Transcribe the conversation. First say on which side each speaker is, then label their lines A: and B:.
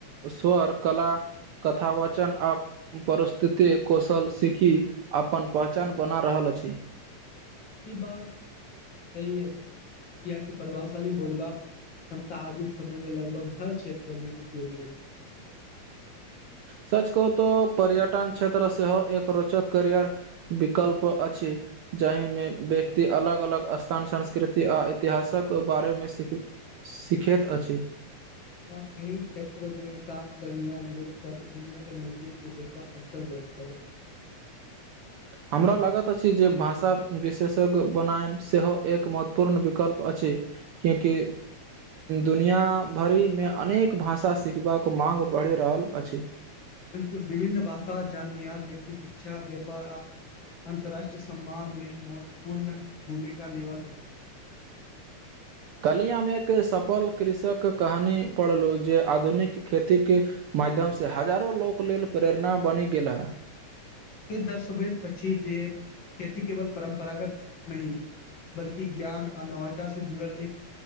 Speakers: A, on the right; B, on the left.
A: स्वर कला कथा वाचन आ परस्तित कौशल सिखी अपन पहचान बना रहल अछि
B: ई बात सही अछि किया की प्रभावशाली बोलबाक क्षमता आजुक समय मे लगभग हर क्षेत्र मे उपयोगी अछि
A: सच कहू तऽ पर्यटन क्षेत्र सेहो एक रोचक करियर विकल्प अछि अछि जाहिमे व्यक्ति अलग अलग स्थान संस्कृति आ इतिहासक बारेमे सीख सिखैत अछि
B: एहि क्षेत्र मे काम करनिहार लोक सब दुनिया के नजदीक से देखबाक <unintelligible>
A: हमरा लागैत अछि जे भाषा विशेषज्ञ बनायन सेहो एक महत्वपूर्ण विकल्प अछि क्यूकि दुनिया भरिमे अनेक भाषा सिखबाक माग बढ़ि रहल अछि
B: बिलकुल विभिन्न भाषा जाननिहार व्यक्ति शिक्षा व्यापार आ अन्तर्राष्ट्रीय सम्मान मे महत्वपूर्ण भूमिका निभा सकै छै <inaudible>
A: कलियामे एक सफल कृषक कहानी पढ़लहु जे आधुनिक खेती के माध्यम से हजारो लोक लेल प्रेरणा बनि गेलाह
B: दर्सर्भेद अछि जे खेती केवल परम्परागत नहि बल्कि ज्ञान आ नवाचार से जुड़ल एक